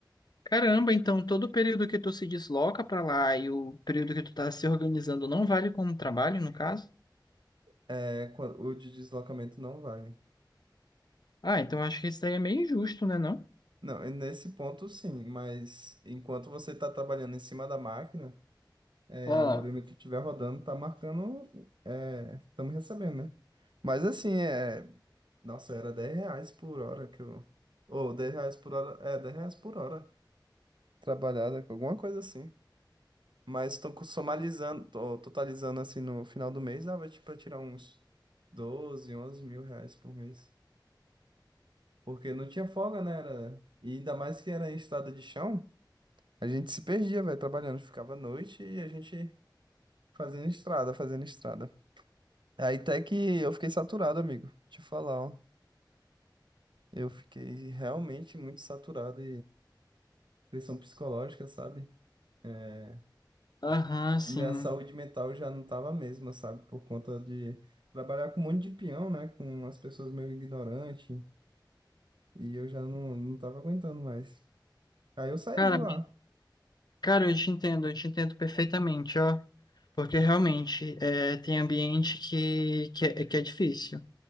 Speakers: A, on the left; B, on the right.
A: Caramba, então todo o período que tu se desloca para lá e o período que tu tá se organizando não vale como trabalho, no caso?
B: É, quan- o de deslocamento não vale.
A: Ah, então acho que isso daí é meio injusto, né, não?
B: Não, e nesse ponto sim, mas enquanto você está trabalhando em cima da máquina, é,
A: Ó,
B: o horímetro estiver rodando, tá marcando, estamos recebendo, né? Mas assim, é, Nossa, era 10 reais por hora que eu. Ou 10 reais por hora. É, 10 reais por hora. Trabalhada, alguma coisa assim. Mas tô co- somalizando, tô totalizando assim no final do mês, dava tipo pra tirar uns 12 11 mil reais por mês. Porque não tinha folga, né? Era... E ainda mais que era em estrada de chão, a gente se perdia, velho, trabalhando. Ficava à noite e a gente fazendo estrada, fazendo estrada. Aí até que eu fiquei saturado, amigo. Te falar, ó. Eu fiquei realmente muito saturado pressão psicológica, sabe? É,
A: aham, sim.
B: minha saúde mental já não tava a mesma, sabe? Por conta de trabalhar com um monte de peão, né? Com umas pessoas meio ignorantes. E eu já não, não tava aguentando mais. Aí eu saí
A: Cara,
B: de lá.
A: cara, eu te entendo, eu te entendo perfeitamente, ó. Porque realmente é, tem ambiente que, que, é, que é difícil.